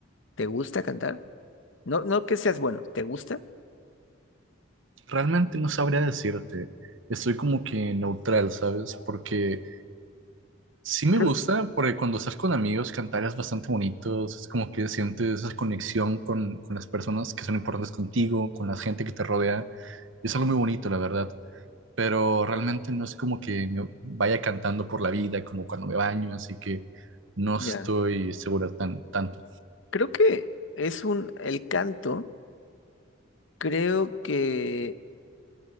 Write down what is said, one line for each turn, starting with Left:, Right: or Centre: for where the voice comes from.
Left: ¿te gusta cantar? No, no que seas bueno, ¿te gusta?
Right: Realmente no sabría decirte. Estoy como que neutral, ¿sabes? Porque Sí me
Left: Cre-
Right: gusta porque cuando estás con amigos cantar es bastante bonito, es como que sientes esa conexión con, con las personas que son importantes contigo, con la gente que te rodea, y es algo muy bonito, la verdad, pero realmente no es como que me vaya cantando por la vida, como cuando me baño, así que no estoy
Left: ya.
Right: seguro tan, tanto.
Left: Creo que es un, el canto, creo que